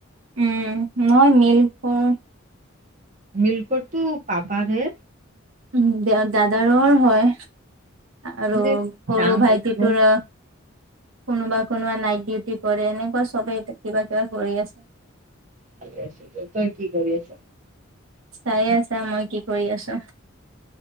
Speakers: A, on the right; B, on the right.
A: উম, মই মিলকৰ
B: মিলকৰটো পাপাৰ হে।
A: উম, দে দাদাৰ হয়। আৰু
B: মানে
A: সৰু
B: ডাঙৰ
A: ভাইটিটোৰ
B: জ
A: কোনোবা কোনোবা নাইট ডিউটি কৰে, এনেকুৱা চবেই কিবা কিবা কৰি আছে।
B: ভালেই আছে দিয়া, তই কি কৰি আছ?
A: চাই আছা মই কি কৰি আছো।